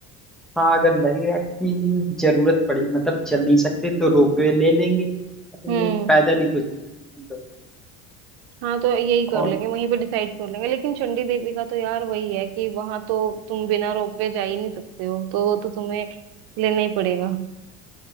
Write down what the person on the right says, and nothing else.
हम्म
हाँ तो यही कर
लेंगे वहीं पे डिसाइड कर लेंगे लेकिन चंडी देवी का तो यार वही है कि वहां तो तुम बिना रोप वे जा ही नहीं सकते हो तो वो तो तुम्हें लेना ही पड़ेगा